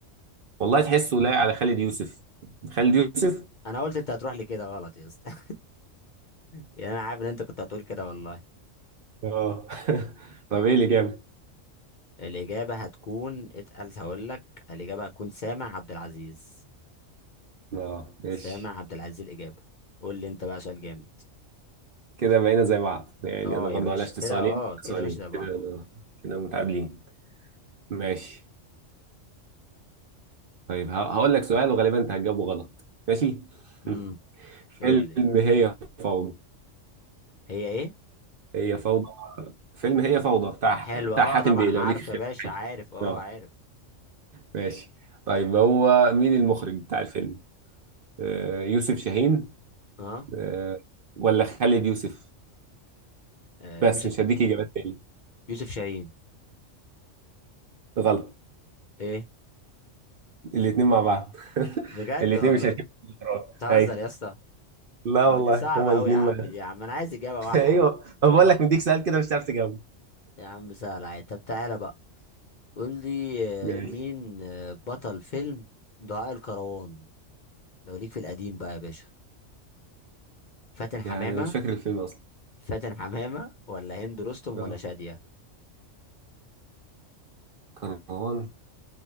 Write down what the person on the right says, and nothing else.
والله تحسه لايق على خالد يوسف خالد يوسف
اه <laughs> طب ايه اللي جاب
اه ماشي
كده بقينا زي بعض يعني
انا برضو
علشت
سؤالين
سؤالين
كده أنا- كده متعادلين ماشي طيب ه- هقول لك سؤال وغالبا انت هتجاوبه غلط ماشي
<laughs> فيلم
هي فوضى
هي فوضى فيلم هي فوضى بتاع
بتاع
حاتم
بيه
لو ليك خير
في حياتي.
اه
ماشي طيب هو مين المخرج بتاع الفيلم آه، يوسف شاهين
آه، ولا خالد يوسف
بس
مش هديك اجابات تاني
غلط
الاتنين مع بعض <laughs>
الاتنين
مش هتجيب في الإخراج.
ايوه
لا
والله
هما الاتنين
مع <laughs>
ايوه ما بقول لك مديك سؤال كده مش هتعرف تجاوب
ماشي
يعني أنا مش فاكر الفيلم اصلا
اه
كروان